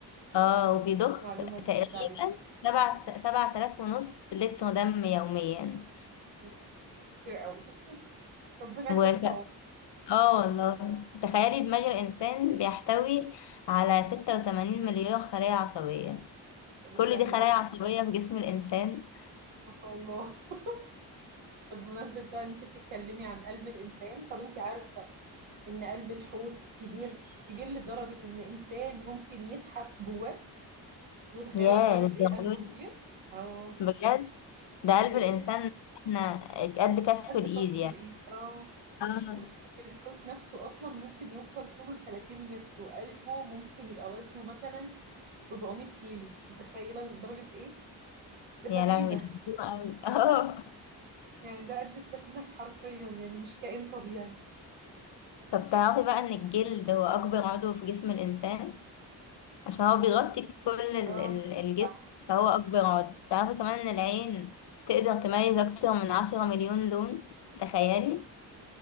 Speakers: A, on the left (about 60°); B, on the right (about 85°).
A: اه وبيضخ
B: معلومة
A: تقريبا
B: جديدة
A: سبعة سبعة آلاف ونص لتر دم يوميا
B: اوف كتير قوي <laughs> ربنا
A: وك...
B: يكون في عونك
A: اه والله تخيلي دماغ الإنسان بيحتوي على ستة وتمانين مليار خلايا عصبية
B: طب
A: كل
B: استني
A: دي خلايا
B: بقى
A: عصبية في جسم الإنسان
B: ما شاء الله <laughs> طب بمناسبة بقى إن انت بتتكلمي عن قلب الانسان طب انت عارفة ان قلب الحوت كبير كبير لدرجة ان انسان ممكن يزحف جواه متخيلة
A: ياه
B: لدرجة
A: للدرجة
B: ايه قلبه
A: دي
B: كبير اه
A: بجد ده
B: بيقول
A: قلب الإنسان
B: لك
A: احنا قد كف
B: قد
A: الإيد
B: قبضة
A: يعني
B: الايد اه
A: اه
B: بيقول لك الحوت نفسه اصلا ممكن يوصل طوله ل 30 متر وقلبه ممكن يبقى وزنه مثلا 400 كيلو متخيلة لدرجة ايه ده سفينة
A: يا لهوي ده كتير أوي <laughs> اه
B: يعني ده قد السفينة حرفيا يعني مش كائن طبيعي
A: طب تعرفي بقى إن الجلد هو أكبر عضو في جسم الإنسان عشان هو بيغطي كل ال-
B: اه
A: ال- الجسم
B: صح
A: فهو أكبر عضو تعرفي كمان إن العين تقدر تميز أكتر من عشرة مليون لون تخيلي